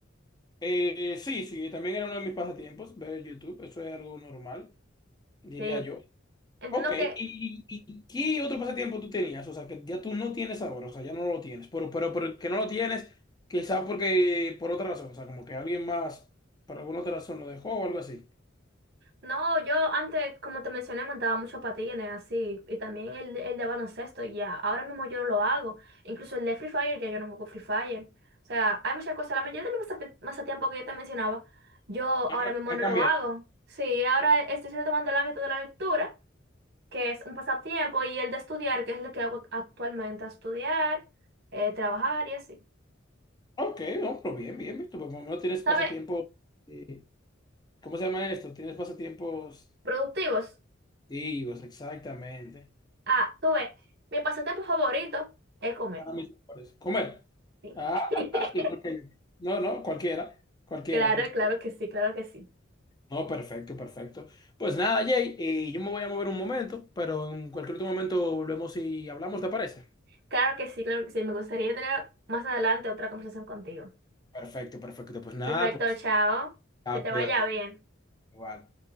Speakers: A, on the left; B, on the right.
A: Eh, sí, sí, también era uno de mis pasatiempos ver YouTube, eso es algo normal, diría
B: Sí.
A: yo.
B: Entiendo
A: Ok,
B: que,
A: ¿y, y qué otro pasatiempo tú tenías? O sea, que ya tú no tienes ahora, o sea, ya no lo tienes, pero, pero, pero que no lo tienes, quizá porque por otra razón, o sea, como que alguien más, por alguna otra razón lo dejó o algo así.
B: no, yo antes, como te mencioné, montaba muchos patines así. Y también el, de- el de baloncesto, y ya. Ahora mismo yo no lo hago. Incluso el de Free Fire, ya yo no juego Free Fire. O sea, hay muchas cosas. La mayoría de mis pasatiempos que yo te mencionaba, yo
A: Ha,
B: ahora
A: ca-
B: mismo
A: ha
B: no
A: cambiado.
B: lo hago. Sí, ahora estoy retomando el hábito de la lectura. que es un pasatiempo, y el de estudiar, que es lo que hago actualmente, estudiar, eh, trabajar y así.
A: Ok, no, pero bien, bien, bien, tú por lo menos tienes pasatiempos,
B: ¿Sabes?
A: eh, ¿cómo se llama esto? Tienes pasatiempos
B: Productivos.
A: activos, exactamente.
B: Ah, tú ves, mi pasatiempo favorito es comer.
A: Ahora mismo por eso. Comer.
B: sí
A: Ah,
B: <laughs>
A: igual que- No, no, cualquiera. Cualquiera,
B: Claro,
A: cualquiera.
B: claro que sí, claro que sí.
A: No, perfecto, perfecto. Pues nada, Jay, eh, yo me voy a mover un momento, pero en cualquier otro momento volvemos y hablamos, ¿te parece?
B: Claro que sí, claro que sí. Me gustaría tener más adelante otra conversación contigo.
A: Perfecto, perfecto. Pues nada,
B: Perfecto,
A: pues,
B: chao.
A: ah,
B: Que te
A: cuídate.
B: vaya bien.
A: Igual.